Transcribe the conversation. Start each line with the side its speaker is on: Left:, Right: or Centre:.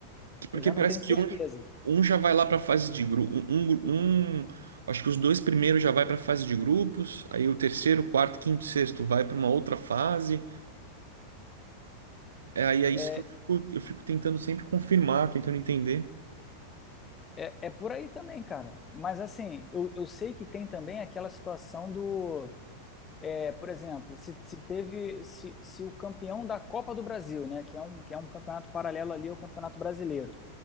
Right: Porque
Left: eu já
Right: parece
Left: não tenho
Right: que
Left: certeza.
Right: um, um já vai lá para fase de grupo. Um, um, gru- um- acho que os dois primeiros já vai para fase de grupos. Aí o terceiro, quarto, quinto, sexto vai para uma outra fase. É, aí é isso
Left: É,
Right: que eu fico, eu fico tentando sempre confirmar, tentando entender.
Left: é, é por aí também, cara. Mas assim, eu, eu sei que tem também aquela situação do, é, por exemplo, se, se teve, se, se o campeão da Copa do Brasil, né, que é um, que é um campeonato paralelo ali ao Campeonato Brasileiro,